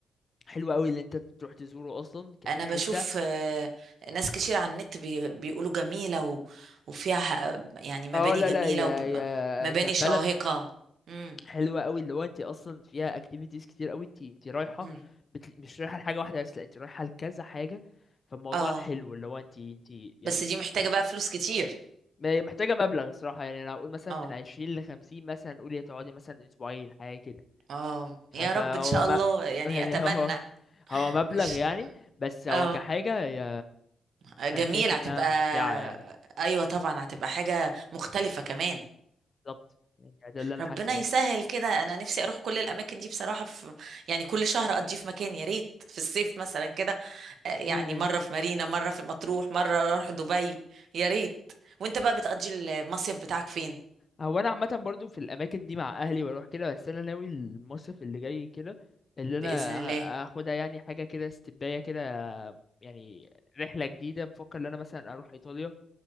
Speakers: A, on the left (about 30°); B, on the right (about 60°).
A: حلو قوي اللي انت تروح تزوره اصلا ك-
B: انا
A: كحته
B: بشوف آه، ناس كتير على النت بي- بيقولوا جميلة و- وفيها ح- يعني مباني
A: اه لا
B: جميلة
A: لا يا يا
B: ومباني
A: كبلد
B: شاهقة امم
A: حلوه قوي اللي هو انت اصلا فيها اكتيفيتيز كتير قوي انت انت رايحه
B: أمم.
A: بت... مش رايحه لحاجه واحده بس لا انت رايحه لكذا حاجه فالموضوع
B: اه
A: حلو اللي هو انت انت يعني
B: بس دي محتاجة بقى فلوس كتير
A: ما- محتاجه مبلغ الصراحه يعني انا اقول مثلا
B: اه
A: من 20 ل 50 مثلا قولي تقعدي مثلا اسبوعين حاجه كده
B: اه
A: ف...
B: يا
A: فهو
B: رب ان شاء
A: ما
B: الله يعني
A: <laughs> يعني
B: اتمنى
A: هو هو مبلغ
B: إن ش-
A: يعني بس هو
B: اه
A: كحاجه هي...
B: جميل
A: انا شايف
B: هتبقى
A: انها ممتعه
B: آه،
A: يعني
B: ايوه طبعا هتبقى حاجة مختلفة كمان
A: بالظبط يعني ده اللي انا
B: ربنا
A: حاسه يعني
B: يسهل كده انا نفسي اروح كل الاماكن دي بصراحه في يعني كل شهر اقضيه في مكان يا ريت في الصيف مثلا كده آه، يعني
A: <laughs>
B: مره في مارينا مره في مطروح مره اروح دبي يا ريت وانت بقى بتقضي المصيف بتاعك فين
A: هو انا عامه برضو في الاماكن دي مع اهلي واروح كده بس انا ناوي المصيف اللي جاي كده اللي انا
B: باذن الله
A: ه- هاخدها يعني حاجه كده استباية كده يعني رحله جديده بفكر ان انا مثلا اروح ايطاليا